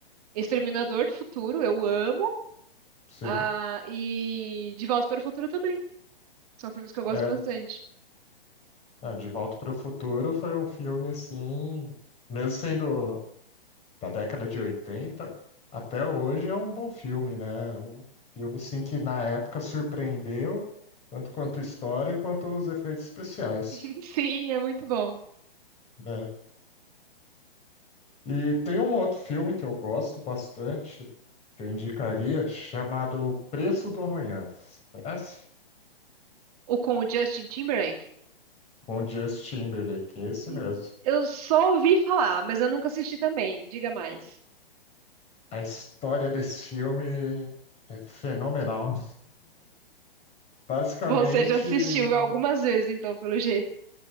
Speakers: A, on the right; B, on the left.
A: Exterminador do Futuro, eu amo.
B: sim,
A: Ah, e De Volta para o Futuro também. São filmes que eu gosto
B: é,
A: bastante.
B: é, De Volta para o Futuro foi um filme assim, mesmo sendo da década de 80 até hoje é um bom filme, né? Um filme sim que na época surpreendeu, tanto quanto história quanto os efeitos especiais,
A: <laughs> Sim, é muito bom.
B: né? E tem um outro filme que eu gosto bastante, que eu indicaria, chamado Preço do Amanhã. Você Conhece?
A: O com o Justin Timberlake?
B: Com o Justin Timberlake, esse
A: Hum,
B: mesmo.
A: Eu só ouvi falar, mas eu nunca assisti também. Diga mais.
B: A história desse filme é fenomenal. <laughs> Basicamente,
A: Você já assistiu algumas vezes, então, pelo jeito.